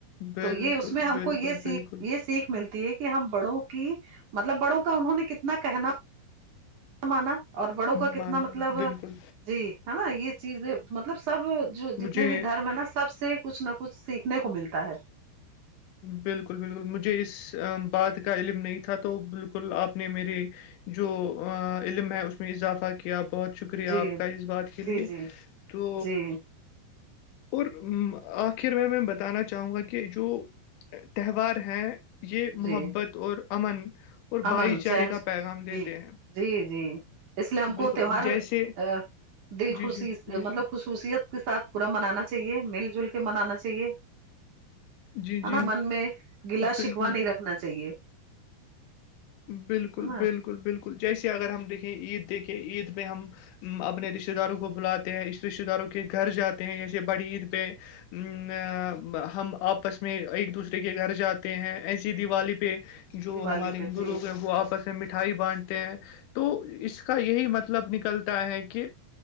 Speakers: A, on the left; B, on the right.
A: بالکل
B: تو یہ اس میں ہم
A: بالکل
B: کو یہ سیکھ
A: بالکل
B: یہ سیکھ ملتی کہ ہم بڑوں کی مطلب بڑوں کا انہوں نے کتنا کہنا مانا اور بڑوں کا کتنا
A: مانا
B: مطلب
A: ہے بالکل
B: جی ہے نا یہ چیزیں مطلب سب جو
A: مجھے
B: جتنے بھی دھرم ہے نا سب سے کچھ نہ کچھ سیکھنے کو ملتا ہے
A: بالکل بالکل مجھے اس بات کا علم نہیں تھا تو بالکل آپ نے میرے جو علم ہے اس میں اضافہ کیا کیا بہت شکریہ
B: جی
A: آپ کا اس بات کے
B: جی
A: لیے
B: جی
A: تو
B: جی
A: اور آخر میں میں بتانا چاہوں گا کہ جو تہوار ہیں یہ محبت
B: جی
A: اور امن اور
B: امن
A: بھائی چارے
B: چین
A: کا پیغام دیتے
B: جی
A: ہیں
B: جی جی اس لیے ہم
A: بالکل
B: کو تیوار
A: جیسے
B: ا دل
A: جی
B: خوشی
A: جی جی جی
B: مطلب خصوصیت کے ساتھ پورا منانا چاہیے مل جل کے منانا چاہیے ہے
A: جی جی
B: نہ من میں گلا
A: بالکل
B: شکوا نہیں رکھنا چاہیے
A: بالکل
B: ہے نا
A: بالکل بالکل جیسے اگر ہم دیکھیں عید دیکھے عید میںہ ہم اپنے رشتتے داروں کو بلاتے ہیں اس رشتتے داروں کے گھر جاتے ہیں جیسے بڑی عید پہ ا ہم آپس میں ایک دوسرے کے گھر جاتے ہیں ایسی دیوالی پہ جو
B: دیوالی
A: ہمارے
B: پہ جی
A: لوگ وہ آپس میں مٹھائی باٹتے ہیں تو اس کا یہی مطلب نکلتا ہے کہ